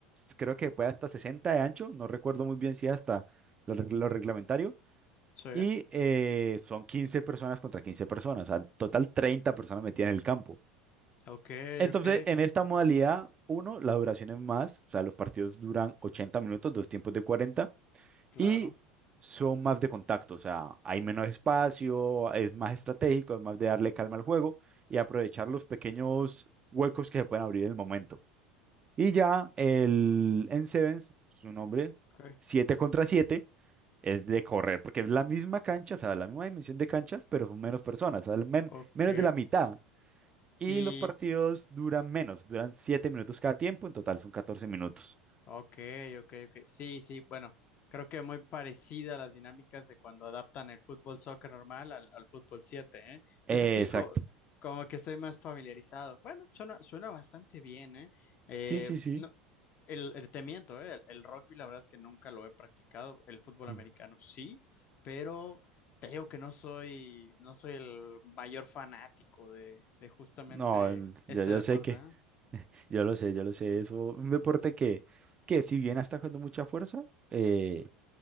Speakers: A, on the right; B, on the left.
A: creo que puede hasta 60 de ancho. No recuerdo muy bien si hasta lo, reg- lo reglamentario.
B: sí.
A: Y eh, son 15 personas contra 15 personas, o sea, en total 30 personas metidas en el campo.
B: Ok,
A: Entonces,
B: ok,
A: en esta modalidad, uno, la duración es más, o sea, los partidos duran 80 minutos, dos tiempos de cuarenta
B: claro.
A: y son más de contacto, o sea, hay menos espacio, es más estratégico, es más de darle calma al juego y aprovechar los pequeños huecos que se pueden abrir en el momento. Y ya el en Sevens, su nombre,
B: Ok,
A: 7 contra siete es de correr, porque es la misma cancha, o sea, la misma dimensión de canchas, pero son menos personas, o sea, men-
B: ok.
A: menos de la mitad. Y
B: Y,
A: los partidos duran menos, duran 7 minutos cada tiempo, en total son catorce minutos.
B: Ok, ok, ok. Sí, sí, bueno, creo que muy parecida a las dinámicas de cuando adaptan el fútbol soccer normal al, al fútbol 7. ¿eh?
A: Eh,
B: Es así
A: exacto.
B: co- como que estoy más familiarizado. Bueno, suena, suena bastante bien, ¿eh? Eh,
A: Sí, sí, sí.
B: no, el, el- te miento, ¿eh? El, el rugby la verdad es que nunca lo he practicado, el fútbol americano
A: Mm.
B: sí, pero te digo que no soy, no soy el mayor fanático de, de justamente
A: No, en-
B: este
A: ya, ya
B: deporte,
A: sé que,
B: ¿eh?
A: yo lo sé, yo lo sé, eso, un deporte que, que si bien está con mucha fuerza, eh,